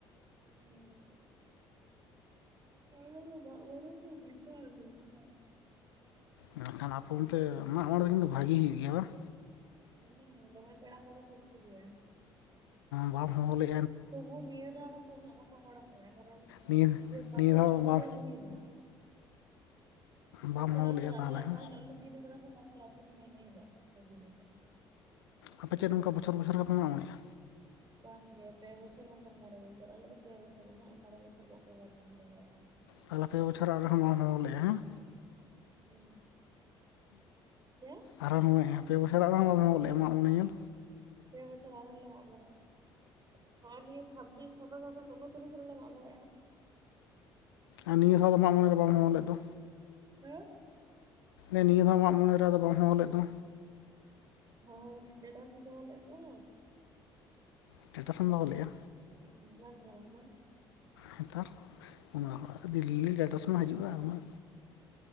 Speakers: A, on the right; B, on the left.
A: ᱦᱮᱸ᱾ <unintelligible> ᱢᱟᱜ ᱢᱚᱬᱮ ᱫᱚ ᱵᱤᱥᱟᱞ ᱵᱮᱯᱟᱨ
B: ᱢᱮᱱ ᱠᱷᱟᱱ ᱟᱠᱚ ᱚᱱᱛᱮ ᱢᱟᱜ ᱢᱚᱬᱮ ᱫᱚ ᱠᱤᱱᱛᱩ ᱵᱷᱟᱜᱤ ᱦᱩᱭᱩᱜ ᱜᱮᱭᱟ ᱵᱟᱝ?
A: ᱦᱮᱸ ᱫᱚᱢᱮ ᱯᱮᱲᱟ ᱠᱚ ᱞᱮ ᱠᱷᱚᱡ ᱠᱚ ᱜᱮᱭᱟ᱾
B: ᱵᱟᱦᱟ ᱢᱚᱦᱚᱸᱞᱮ
A: ᱛᱚᱵᱩ ᱱᱤᱭᱟᱹ ᱫᱷᱟᱣ ᱢᱟᱛᱚ ᱩᱱᱟᱹᱜ ᱵᱟᱠᱚ ᱦᱚᱲ ᱠᱟᱱᱟ ᱠᱟᱨᱚᱱ
B: ᱱᱤᱭᱟᱹ
A: ᱤᱭᱟᱹ ᱯᱟᱥᱮᱨ
B: ᱱᱤᱭᱟᱹ ᱫᱷᱟᱣ
A: ᱟᱹᱛᱩ ᱨᱮᱜᱮ
B: ᱵᱟᱢ
A: ᱦᱩᱭ ᱱᱟ, ᱯᱟᱥᱮᱨ
B: ᱵᱟᱢ ᱦᱚᱦᱚ
A: ᱟᱹᱛᱩ
B: ᱞᱮᱫᱼᱟ
A: ᱟᱞᱮ
B: ᱛᱟᱦᱚᱞᱮ ᱦᱮᱸ
A: ᱚᱠᱟ ᱦᱤᱞᱳᱜ ᱫᱤᱱ ᱠᱟᱫᱟ ᱥᱮ ᱯᱟᱥᱮᱨ ᱟᱛᱩ ᱨᱮᱜᱮ ᱦᱤᱱᱟᱹ ᱦᱤᱞᱟᱹᱜ ᱫᱤᱱ ᱠᱟᱜᱼᱟ᱾
B: ᱟᱯᱮ ᱪᱮᱫ ᱱᱚᱝ ᱠᱟ ᱵᱚᱪᱷᱳᱨ ᱵᱚᱪᱷᱚᱨ ᱜᱮᱯᱮ ᱢᱟᱜ ᱢᱚᱲᱮᱜᱼᱟ?
A: ᱵᱟᱝ ᱜᱮ ᱯᱮ ᱵᱚᱪᱷᱚᱨ ᱵᱟᱠᱷᱟᱱ ᱢᱚᱬᱮ ᱵᱚᱪᱷᱚᱨ ᱟᱞᱮ ᱫᱚ ᱯᱮ ᱵᱚᱪᱷᱚᱨ ᱩᱱᱟᱹᱜ ᱢᱚᱬᱮ ᱵᱚᱪᱷᱚᱨ ᱚᱠᱚᱭ ᱵᱟᱝ ᱛᱟᱺᱜᱤ ᱫᱟᱲᱮᱭᱟᱜᱼᱟ᱾
B: ᱛᱟᱦᱚᱞᱮ ᱯᱮ ᱵᱚᱪᱷᱚᱨ ᱟᱨᱦᱚᱸ <unintelligible>
A: ᱦᱩᱸ, ᱪᱮᱫ?
B: ᱟᱨᱦᱚ ᱱᱚᱸᱜᱼᱚᱭ ᱯᱮ ᱵᱚᱪᱚᱨᱟᱜ ᱟᱨ ᱦᱚᱸ ᱞᱮ ᱢᱟᱜ ᱢᱚᱬᱮ ᱧᱮᱞ
A: ᱯᱮ ᱵᱚᱪᱷᱳᱨ ᱟᱨᱦᱚᱸ ᱞᱮ ᱢᱟᱜ ᱢᱚᱬᱮᱜᱼᱟ, ᱦᱚᱸᱜ ᱱᱤᱭᱟᱹ ᱪᱷᱟᱵᱤᱥ, ᱥᱟᱛᱟᱥ, ᱟᱴᱷᱟᱥ ᱩᱱᱩᱛᱨᱤᱥ ᱨᱮᱞᱮ ᱢᱟᱜ ᱵᱟᱲᱮᱭᱟᱼᱟ᱾
B: ᱟᱨ ᱱᱤᱭᱟᱹ ᱫᱷᱟᱶ ᱫᱚ ᱢᱟᱜ ᱢᱚᱬᱮ ᱨᱮ ᱵᱟᱢ ᱦᱚᱦᱚ ᱞᱮᱫ ᱫᱚ?
A: <unintelligible>
B: ᱮ ᱱᱤᱭᱟᱹ ᱫᱚ ᱢᱟᱜ ᱢᱚᱬᱮ ᱨᱮ ᱟᱫᱚ ᱵᱟᱢ ᱦᱚᱦᱚ ᱞᱮᱫ ᱫᱚ?
A: ᱦᱳ ᱥᱴᱮᱴᱟᱥ ᱤᱧ ᱫᱚᱦᱚ ᱞᱮᱫ ᱫᱚ
B: ᱥᱴᱮᱴᱟᱥ ᱮᱢ ᱫᱚᱦᱚ ᱞᱮᱜᱼᱟ?
A: ᱦᱩᱸ, ᱵᱟᱢ ᱧᱮᱞ ᱟᱠᱟᱫᱟ?
B: ᱱᱮᱛᱟᱨ ᱚᱱᱟᱢᱟ ᱫᱤᱞᱤ ᱜᱮ ᱥᱴᱮᱴᱥ ᱢᱟ ᱦᱤᱡᱩᱜᱼᱟ ᱾ᱩᱱᱟᱹᱜ